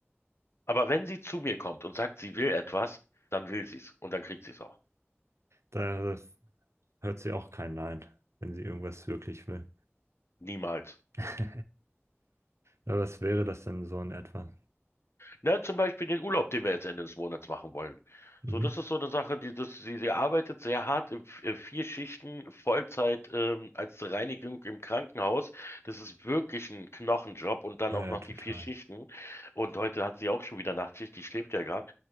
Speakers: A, on the left; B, on the right.
A: Aber wenn sie zu mir kommt und sagt, sie will etwas, dann will sie es und dann kriegt sie es auch.
B: Da hört sie auch kein Nein, wenn sie irgendwas wirklich will.
A: Niemals.
B: <laughs> Aber was wäre das denn so in etwa?
A: Ne, zum Beispiel den Urlaub, den wir jetzt Ende des Monats machen wollen.
B: Mhm.
A: So, das ist so eine Sache, die das, sie, sie arbeitet sehr hart in v- äh, vier Schichten, Vollzeit, ähm, als Reinigung im Krankenhaus. Das ist wirklich ein Knochenjob und dann
B: Ja,
A: auch
B: ja,
A: noch
B: total.
A: die vier Schichten. Und heute hat sie auch schon wieder Nachtschicht, die schläft ja gerade.